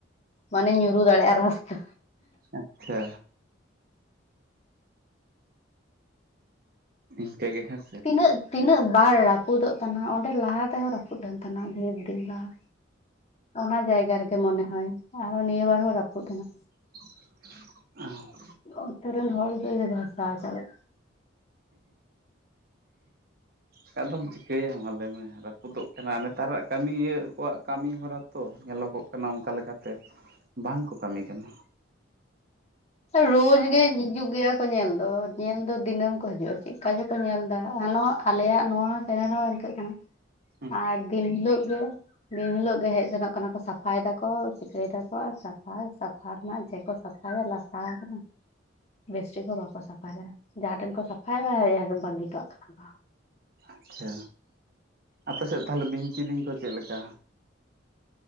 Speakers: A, on the left (about 35°); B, on the right (about 50°).
A: ᱢᱟᱱᱮ ᱧᱩᱨᱩ ᱫᱟᱲᱮᱜᱼᱟ ᱨᱟᱥᱛᱟ
B: ᱟᱪᱪᱷᱟ ᱤᱱᱠᱟᱹ ᱜᱮ ᱦᱮᱸ
A: ᱛᱤᱱᱟᱹᱜ ᱛᱤᱱᱟᱹᱜ ᱵᱟᱨ ᱨᱟᱹᱯᱩᱫᱚᱜ ᱠᱟᱱᱟ ᱚᱸᱰᱮ ᱞᱟᱦᱟ ᱛᱮᱦᱚ ᱨᱟᱹᱯᱩᱫ ᱞᱮᱱ ᱛᱟᱦᱮ ᱰᱷᱮᱨᱫᱤᱱ ᱞᱟᱦᱟ᱾ ᱚᱱᱟ ᱡᱟᱭᱜᱟ ᱨᱮᱜᱮ ᱢᱚᱱᱮ ᱦᱚᱭ ᱟᱨᱚ ᱱᱤᱭᱟᱹ ᱵᱟᱨ ᱦᱚᱸ ᱨᱟᱹᱯᱩᱫ ᱮᱱᱟ᱾
B: ᱚ <inaudible>
A: ᱚᱱᱛᱳ ᱨᱮᱱ ᱦᱚᱲ ᱫᱚ ᱵᱷᱟᱥᱟᱣ ᱪᱟᱞᱟᱜ
B: ᱦᱮᱸ ᱦᱮ ᱸ <unintelligible> ᱫᱚᱚᱢ ᱪᱤᱠᱟᱹᱭᱟ ᱢᱟ ᱞᱟᱹᱭ ᱢᱮ ᱨᱟᱹᱯᱩᱫᱚᱜ ᱠᱟᱱᱟ ᱱᱮᱛᱟᱨᱟᱜ ᱠᱟᱹᱢᱤ ᱤᱭᱟᱹ ᱠᱚᱣᱟᱜ ᱠᱟᱹᱢᱤ ᱦᱚᱨᱟ ᱛᱚ ᱧᱮᱞᱚᱜᱚᱜ ᱠᱟᱱᱟ ᱚᱱᱠᱟ ᱞᱮᱠᱟᱛᱮ ᱵᱟᱝ ᱠᱚ ᱠᱟᱹᱢᱤ ᱠᱟᱱᱟ᱾
A: ᱨᱳᱡᱜ ᱜᱮ ᱦᱤᱡᱩᱜ ᱜᱮᱭᱟ ᱠᱚ ᱧᱮᱞ ᱫᱚ ᱧᱮᱞ ᱫᱚ ᱫᱤᱱᱟᱹᱢ ᱠᱚ ᱦᱤᱡᱩᱜᱼᱟ ᱪᱮᱫᱠᱟ ᱪᱮᱠᱚ ᱪᱠᱚᱧᱮᱞ ᱫᱟ ᱱᱚᱣᱟ ᱟᱞᱮᱭᱟᱜ ᱱᱚᱣᱟ ᱪᱮᱱᱮᱞ ᱦᱚᱸ ᱤᱱᱠᱟᱹᱜ ᱠᱟᱱᱟ
B: ᱦᱮᱸ
A: ᱟᱨ ᱫᱤᱱ ᱦᱤᱞᱳ ᱜᱮ ᱱᱤᱫ ᱦᱤᱞᱳ ᱜᱮ ᱦᱮᱡ ᱥᱮᱱᱚᱜ ᱠᱟᱱᱟ, ᱥᱟᱯᱷᱟᱭ ᱫᱟᱠᱚ ᱪᱤᱠᱟᱹᱭ ᱫᱟᱠᱚ ᱥᱟᱯᱷᱟ ᱥᱟ ᱯᱷᱟ ᱨᱮᱱᱟᱜ ᱡᱷᱮ ᱠᱚ ᱥᱟᱯᱷᱟᱭᱟ ᱞᱟ <inaudible> ᱵᱮᱥ ᱴᱷᱤᱠ ᱦᱚᱸ ᱵᱟᱠᱚ ᱥᱟᱯᱷᱟᱭᱟ, ᱡᱟᱦᱟᱸ ᱴᱷᱮᱱ ᱠᱚ ᱥᱟ <unintelligible> ᱵᱟᱟᱹᱜᱤ ᱴᱚᱭᱟᱜ ᱠᱟᱱᱟ ᱠᱚ
B: ᱟᱪᱪᱷᱟ ᱟᱯᱮ ᱥᱮᱫ ᱛᱟᱦᱚᱞᱮ ᱵᱤᱧ ᱠᱤᱫᱤᱧ ᱠᱚ ᱪᱮᱫᱞᱮ ᱞᱮᱠᱟ?